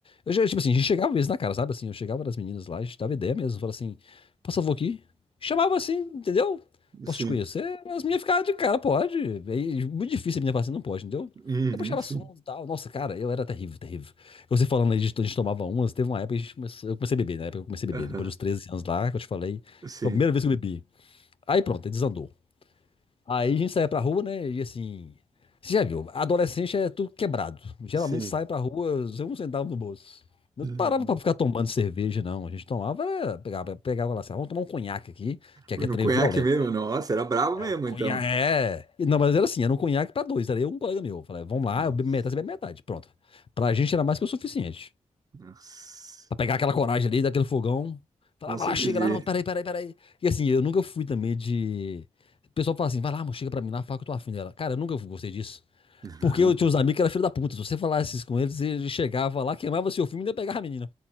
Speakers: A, on the left (about 45°); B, on the right (about 30°).
A: Eu, já, tipo assim, a gente chegava mesmo na cara, sabe? Assim, eu chegava das meninas lá, a gente dava ideia mesmo. Falava assim, posso favor aqui? Chamava assim, entendeu? Posso
B: Sim.
A: te conhecer? As meninas ficavam de cara, pode. É muito difícil a menina falar assim, não pode, entendeu?
B: Uhum,
A: Eu puxava
B: sim.
A: assunto e tal. Nossa, cara, eu era terrível, terrível. Você falando aí, de- a gente tomava umas, teve uma época que a gente começou, eu comecei a beber, né? na época que eu comecei a
B: Aham.
A: beber, depois dos 13 anos lá, que eu te falei,
B: Sim.
A: foi a primeira vez que eu bebi. Aí pronto, aí desandou. Aí a gente saía pra rua, né, e assim, você já viu, adolescente é tudo quebrado. Geralmente
B: Sim.
A: sai pra rua, sem um centavo no bolso. Não
B: Uhum.
A: parava pra ficar tomando cerveja, não. A gente tomava, era- pegava, pegava lá, assim, "Ah, vamos tomar um conhaque aqui, que aqui
B: No
A: é trem
B: conhaque
A: violento.
B: mesmo?
A: né?"
B: Nossa, era brabo
A: É,
B: mesmo,
A: o conhaque,
B: então.
A: é. E Não, mas era assim, era um conhaque pra dois, era eu e um colega meu. Eu Falei, vamos lá,
B: Nossa.
A: eu bebo metade, você bebe metade, pronto. Pra gente era mais que o suficiente.
B: Nossa.
A: Pra pegar aquela coragem ali, daquele fogão. Falava
B: Com certeza.
A: lá, chega lá, não, peraí, peraí, peraí. E assim, eu nunca fui também de. O pessoal fala assim, vai lá, amor, chega pra mim lá, fala que eu tô afim dela. Cara, eu nunca gostei disso.
B: Aham.
A: Porque eu tinha uns amigos que eram filho da puta. Se você falasse isso com eles, ele chegava lá, queimava seu filme e ainda pegava a menina.